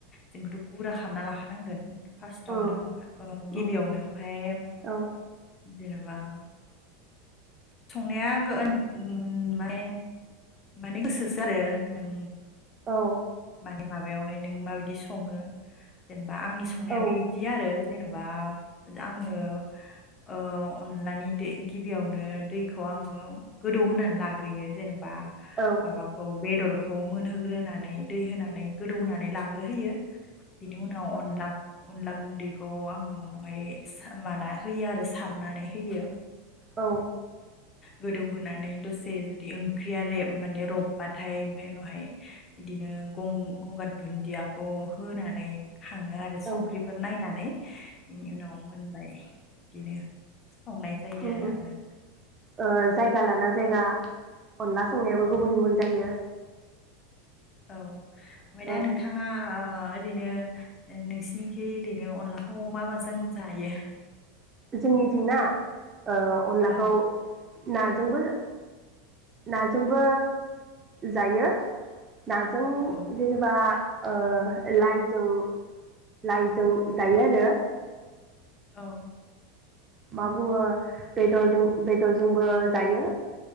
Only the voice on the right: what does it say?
उम
उम
औ
औ
औ
औ
औ
औ
उम
ओ जायगा लाना जायगा अनला सं संनायाबो गुबुन गुबुन जायो
ओ
जोंनि थिंना ओ अनलाखौ
नाजोंबो नाजोंबो जायो नाजों
जेनेेबा ओ लाइजों लाइजों जायो आरो
मा बुंङो बेदरजों बेदरजोंबो जायो।